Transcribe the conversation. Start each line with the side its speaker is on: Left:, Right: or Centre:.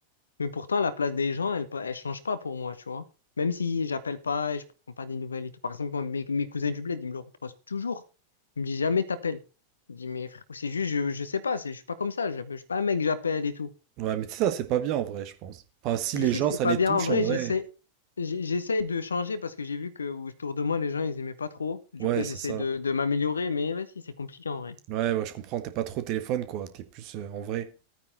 Left: Mais pourtant, la place des gens, elle, pe- elle change pas pour moi, tu vois. Même si j'appelle pas et je prends pas des nouvelles et tout. Par exemple, moi, mes, mes cousins du bled, ils me le reprochent toujours. Ils me disent jamais t'appelles. Je dis, mais frère, c'est juste, je, je sais pas, c'est, je suis pas comme ça, je, je suis pas un mec, j'appelle et tout.
Right: Ouais, mais tu sais, ça, c'est pas bien en vrai, je pense. Enfin, si
Left: Je
Right: les
Left: sais
Right: gens,
Left: que c'est
Right: ça
Left: pas
Right: les
Left: bien.
Right: touche
Left: En vrai,
Right: en vrai.
Left: j'essaie, j'ai- j'essaye de changer parce que j'ai vu que autour de moi, les gens, ils aimaient pas trop. Du
Right: Ouais,
Left: coup, j'essaie
Right: c'est ça.
Left: de, de m'améliorer, mais vas-y, c'est compliqué en vrai.
Right: Ouais, ouais, je comprends, t'es pas trop au téléphone, quoi. T'es plus euh, en vrai.